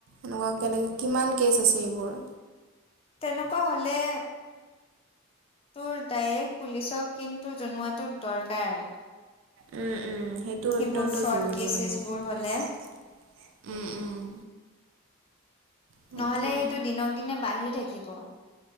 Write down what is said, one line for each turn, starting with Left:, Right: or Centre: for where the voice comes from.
Right: এনেকুৱা কেনেকে কিমান কেচ আছে এইবোৰ',
Left: তেনেকুৱা হ'লে', তোৰ ডাইৰেক্ট পুলিচক কিন্তু জনোৱাটো দৰকাৰ',
Right: উম', - উম', সেইটো
Left: সেইবোৰ
Right: অত্যন্ত
Left: ফ্ৰড
Right: জৰুৰী
Left: কেচেছ
Right: মানে উম',
Left: বোৰ হলে
Right: -উম', সেইটোৱে
Left: নহ'লে সেইটো দিনক দিনে বাঢ়ি থাকিব',